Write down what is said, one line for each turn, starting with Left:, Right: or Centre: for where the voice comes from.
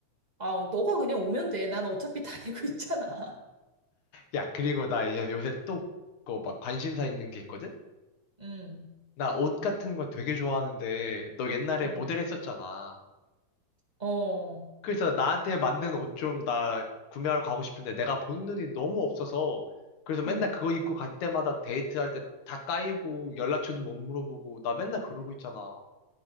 Right: 아, 너가 그냥 오면 돼. 난 어차피 <laughs> 다니고 있잖아.
Left: 야, 그리고 나 이제 요새 또 그거 막 관심사 있는 게 있거든?
Right: 음,
Left: 나 옷 같은 거 되게 좋아하는데 너 옛날에
Right: 음,
Left: 모델 했었잖아.
Right: 어,
Left: 그래서 나한테 맞는 옷 좀 나 구매하러 가고 싶은데 내가 보는 눈이 너무 없어서 그래서 맨날
Right: 음.
Left: 그거 입고 갈 때마다 데이트할 때 다 까이고 연락처도 못 물어보고 나 맨날 그러고 있잖아.